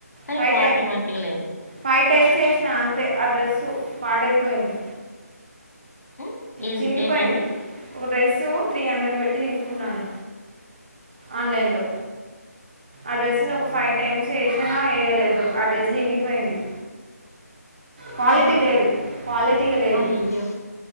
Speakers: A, on the left; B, on the right.
A: కానీ
B: ఫై్
A: క్వాలిటీ
B: టై
A: మంచిగా లేదు.
B: ఫైవ్ టైమ్స్ ఎసిన అంతే ఆ డ్రెస్ పాడైపో పోయింది
A: హ్మ్. ఏం
B: చిరిగిపోయింది
A: ఏంటండి?
B: ఒక డ్రెస్ సో త్రీ హండ్రెడ్ పెట్టి తీసుకున్నాను ఆన్లైన్లో అడ్రస్ని ఒక ఫైవ్ టైమ్స్ వేసాిన వేయలేదు అడ్రస్ చినిగిపోయింది క్వాలిటీ
A: ఆహా!
B: లేదు క్వాలిటీగా లేదు
A: అయ్యో!